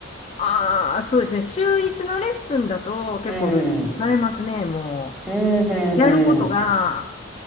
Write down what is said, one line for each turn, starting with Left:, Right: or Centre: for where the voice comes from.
Left: ああ、そうですね。週一のレッスンだと結構ルーティン化されますね。
Centre: うん。うん
Left: も
Centre: うん
Left: う、やることが
Centre: うん。